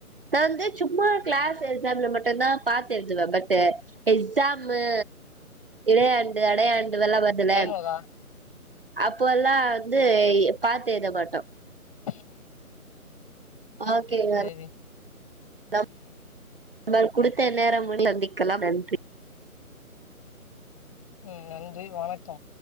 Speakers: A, on the right; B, on the left.
A: நான் வந்து சும்மா கிளாஸ் எக்ஸாம்ல மட்டும்தா பாத்து எழுதுவே பட்டு எக்ஸாமு இடையாண்டு அடையாண் இதல்லா பாத்தேல
B: டைம் ஆவுதா
A: அப்பல்லா வந்து இ பாத்தெழுத மாட்டோ
B: <unintelligible>
A: நல்லா இருக்கீங்களா
B: சேரி
A: நம் நம் குடுத்த நேரம் முடிக்கலாம் நன்றி
B: உம் நன்றி வணக்கம்